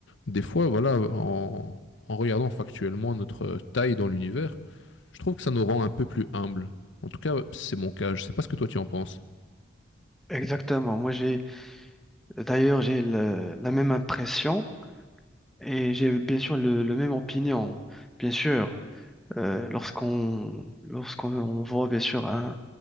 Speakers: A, on the left (about 75°); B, in the centre.
A: des fois, voilà, en, en regardant factuellement notre taille dans l'univers, je trouve que ça nous rend un peu plus humbles. En tout cas, c'est mon cas. Je sais pas ce que toi tu en penses.
B: Exactement. Moi, j'ai d'ailleurs j'ai le- la même impression et j'ai bien sûr le, le même opinion. Bien sûr, euh, lorsqu'on lorsqu'on voit bien sûr un,